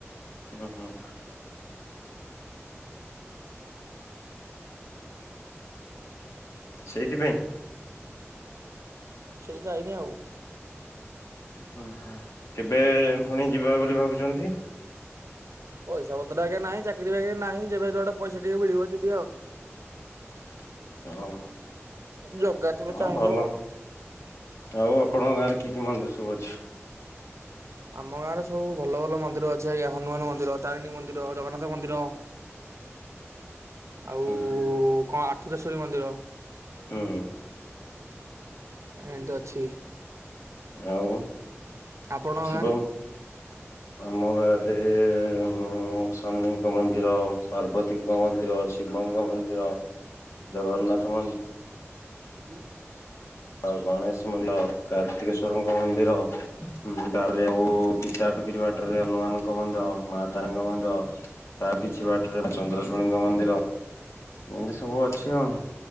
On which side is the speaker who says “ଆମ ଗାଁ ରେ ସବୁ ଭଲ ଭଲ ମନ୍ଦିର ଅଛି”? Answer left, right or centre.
Right